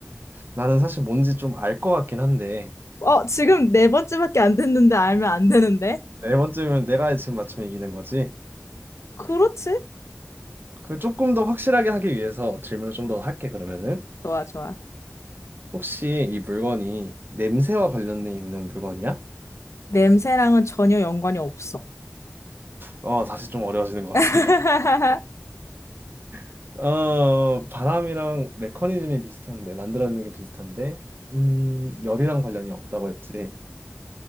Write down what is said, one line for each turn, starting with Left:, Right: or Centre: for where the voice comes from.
Right: 나는 사실 뭔지 좀 알 것 같긴 한데,
Left: 어, 지금 네 번째밖에 안 됐는데 알면 안 되는데?
Right: 네 번째면 내가 지금 맞추면 이기는 거지?
Left: 그렇지?
Right: 그 조금 더 확실하게 하기 위해서 질문을 좀 더 할게, 그러면은.
Left: 좋아, 좋아.
Right: 혹시 이 물건이 냄새와 관련돼 있는 물건이야?
Left: 냄새랑은 전혀 연관이 없어.
Right: 어, 다시 좀 어려워지는 것
Left: <laughs>
Right: 같은데. <laughs> 어, 바람이랑 메커니즘이 비슷한데, 만들어내는 게 비슷한데, 음, 열이랑 관련이 없다고 했지.